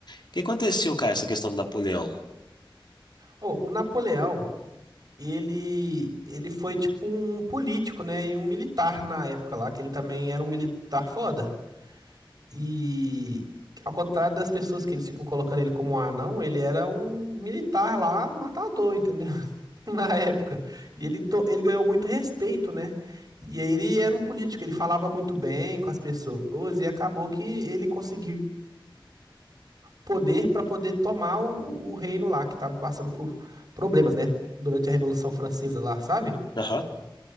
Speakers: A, on the left; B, on the right.
A: O que aconteceu, cara, essa questão do Napoleão?
B: Ô, o Napoleão, ele ele foi tipo um político, né, e um militar na época lá, que ele também era um militar foda. E ao contrário das pessoas que eles ficam colocando ele como um anão, ele era um militar lá, matador, entendeu? <laughs> Na época. E ele to- ele ganhou muito respeito, né? E aí ele era um político, ele falava muito bem com as pessoas e acabou que ele conseguiu poder para poder tomar o, o reino lá, que estava passando por problemas, né? Durante a Revolução Francesa lá, sabe?
A: Aham.